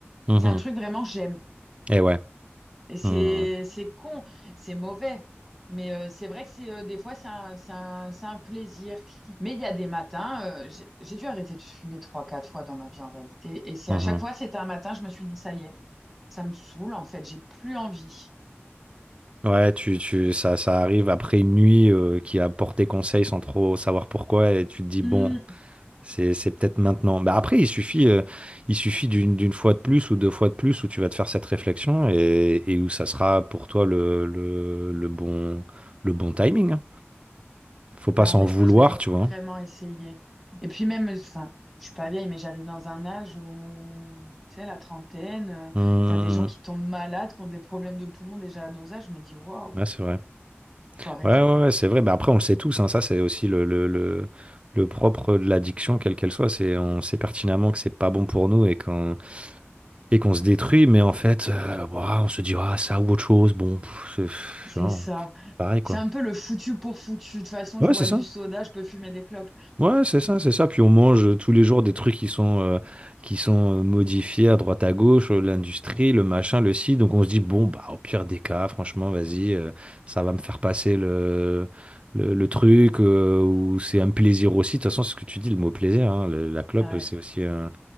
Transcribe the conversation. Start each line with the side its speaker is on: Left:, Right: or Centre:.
Right: Mhm.
Centre: C'est un truc vraiment j'aime.
Right: Et ouais.
Centre: Et c'est
Right: Mmh.
Centre: c'est con, c'est mauvais. Mais euh, c'est vrai que c'est euh, des fois c'est un, c'est un, c'est un plaisir. Mais il y a des matins, euh, j'ai j'ai dû arrêter de fumer trois, quatre fois dans ma vie en réalité. Et c'est
Right: Mmh.
Centre: à chaque
Right: mmh.
Centre: fois, c'était un matin, je me suis dit ça y est, ça me saoule en fait, j'ai plus envie.
Right: Ouais, tu, tu, ça, ça arrive après une nuit euh, qui a porté conseil sans trop savoir pourquoi, et tu te dis,
Centre: Hmm,
Right: bon, c'est, c'est peut-être maintenant. Bah après, il suffit, euh, il suffit d'une, d'une fois de plus ou deux fois de plus où tu vas te faire cette réflexion et, et où ça sera pour toi le, le, le bon, le bon timing. hein. Faut pas
Centre: Non,
Right: s'en
Centre: mais
Right: vouloir,
Centre: je pense que je vais v-
Right: tu
Centre: vraiment
Right: vois.
Centre: essayer. Et puis même, euh, enfin, je suis pas vieille, mais j'arrive dans un âge où, tu sais, la trentaine, euh,
Right: Mmh. mmh,
Centre: t'as des gens qui
Right: mmh.
Centre: tombent malades, qui ont des problèmes de poumons déjà à nos âges. Je me dis, waouh,
Right: Ouais, c'est vrai.
Centre: il faut arrêter.
Right: Ouais, ouais, ouais, c'est vrai. Mais après, on le sait tous, hein, ça, c'est aussi le, le, le, le propre de l'addiction, quelle qu'elle soit. C'est, on sait pertinemment que c'est pas bon pour nous et qu'on et qu'on se détruit. Mais en fait, euh, ouah, on se dit, ah, ça ou autre chose, bon, pff, c'est pff,
Centre: C'est
Right: non,
Centre: ça.
Right: pareil, quoi.
Centre: C'est un peu le foutu pour foutu. De toute façon,
Right: Ouais,
Centre: je bois
Right: c'est ça.
Centre: du soda, je peux fumer des clopes.
Right: Ouais, c'est ça, c'est ça. Puis on mange euh, tous les jours des trucs qui sont, euh, qui sont euh, modifiés à droite à gauche, euh, l'industrie, le machin, le ci. Donc on se dit, bon, bah, au pire des cas, franchement, vas-y, euh, ça va me faire passer le, le, le truc, euh, ou c'est un plaisir aussi. De toute façon, c'est ce que tu dis, le mot plaisir. hein. Le- la clope,
Centre: Ouais,
Right: euh, c'est aussi un,